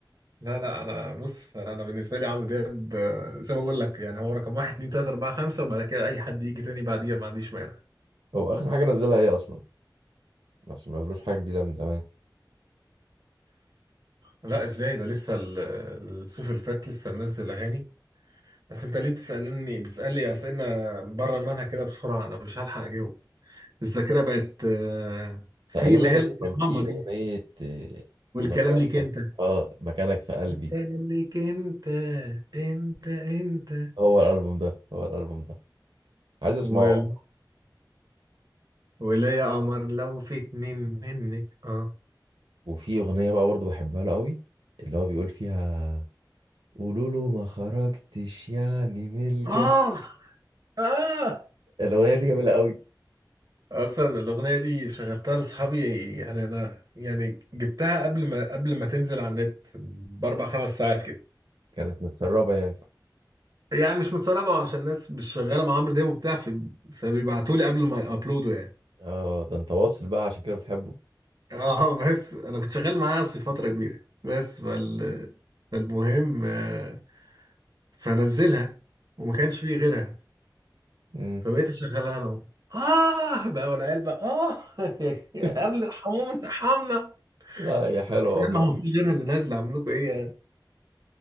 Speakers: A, on the right; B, on the right.
A: لا لا انا بص انا بالنسبه لي عمرو دياب آه، زي ما بقول لك يعني هو رقم واحد اتنين تلاته اربعه خمسه وبعد كده اي حد يجي تاني بعديها ما عنديش مانع
B: هو اخر حاجه نزلها ايه اصلا ما سمعتلوش حاجه جديده من زمان
A: لا ازاي ده لسه ال- الصيف اللي فات لسه منزل اغاني بس انت ليه بتسالني بتسالي اسئله بره المنهج كده بسرعه انا مش هلحق اجاوب الذاكره بقت آه، في
B: تقريبا
A: اللي هي
B: اللي
A: الطخامه
B: كان فيه
A: دي
B: اغنيه آه،
A: والكلام
B: مكانك
A: ليك انت
B: اه مكانك في قلبي
A: انت ليك انت انت انت
B: هو الالبوم ده هو الالبوم ده عايز اسمعه
A: والو ولا يا قمر لو في اتنين منك اه
B: وفي أغنية بقى برضه بحبها له قوي اللي هو بيقول فيها قولوا له ما خرجتش يعني من الجنة
A: اه اه
B: الأغنية دي جميلة قوي
A: اصلا الاغنيه دي شغلتها لاصحابي يعني انا يعني جبتها قبل ما قبل ما تنزل على النت باربع خمس ساعات كده
B: كانت متسربة يعني
A: يعني مش متسربه عشان الناس مش شغاله مع عمرو دياب وبتاع ف- فبيبعتوا لي قبل ما يابلودوا يعني
B: اه ده انت واصل بقى عشان كده بتحبه
A: اه بس انا كنت شغال معاه اصلا فتره كبيره بس فال فالمهم آه، فنزلها وما كانش فيه غيرها
B: مم.
A: فبقيت اشغلها لهم اه بقى والعيال بقى اه <laughs> يا
B: <laughs>
A: قال ارحمونا ارحمنا
B: لا يا حلوة
A: طب
B: والله
A: يا عم هو في غيرها اللي نازله اعمل لكم ايه يعني